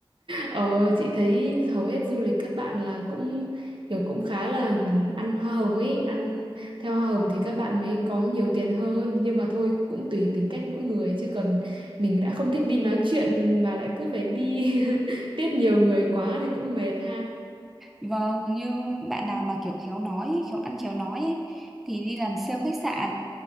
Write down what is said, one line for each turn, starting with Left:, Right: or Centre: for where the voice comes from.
Right: Ờ, chị thấy hầu hết du lịch các bạn là cũng kiểu cũng khá là ăn hoa hồng ấy, ăn theo hoa hồng thì các bạn mới có nhiều tiền hơn, nhưng mà thôi cũng tùy tính cách mỗi người chứ còn mình đã không thích đi nói chuyện mà lại cứ phải đi <laughs> tiếp nhiều người quá thì cũng mệt ha.
Centre: Vâng, như bạn nào mà kiểu khéo nói, ấy, khéo ăn khéo nói ấy, thì đi làm sale khách sạn